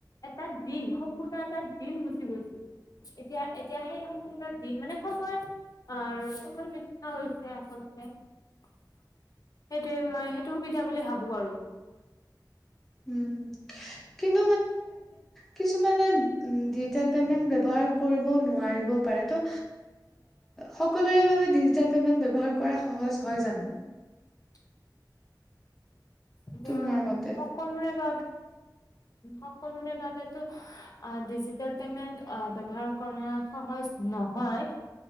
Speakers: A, on the left (about 50°); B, in the centre.
A: এটা দিন সম্পূৰ্ণ এটা দিন গুচি গৈছিল। এতিয়া এতিয়া সেই সম্পূৰ্ণ দিন মানে সময় আৰু চবৰ শিক্ষা হৈছে আচলতে সেইটোৱে মই সেইটো সুবিধা বুলি ভাবো আৰু।
B: উম। কিন্ত কিছুমান ছোৱা দুটা পেমেণ্ট ব্যৱহাৰ কৰিব নোৱাৰে। উপায়টো সকলোৰে বাবে দুটা পেমেণ্ট ব্যৱহাৰ কৰা টো সহজ হয় জানো।
A: <unintelligible> এতিয়া
B: তোমাৰ মতে?
A: সকলোৰে ভ সকলোৰে বাবে ডিজিটেল পেমেণ্ট ব্যৱহাৰ কৰা সহজ নহয়